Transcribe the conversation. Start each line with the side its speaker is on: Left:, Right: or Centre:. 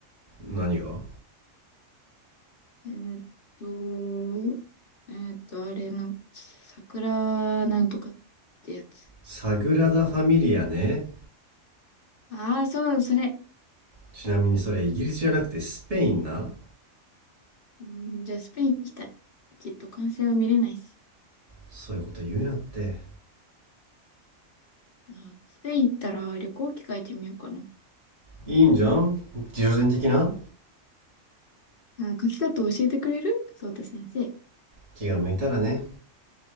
Right: 何が
Left: えーっと、えーっと、あれ、なん、桜なんとかってやつ。
Right: サグラダ・ファミリアね
Left: ああ、そう、それ。
Right: ちなみにそれイギリスじゃなくてスペインな
Left: うん、じゃあ、スペイン行きたい。きっと完成は見れないし。
Right: そういうこと言うなって
Left: あー、スペイン行ったら旅行機書いてみようかな。
Right: いいんじゃん自助伝的な
Left: あー、書き方教えてくれるそうた先生。
Right: 気が向いたらね。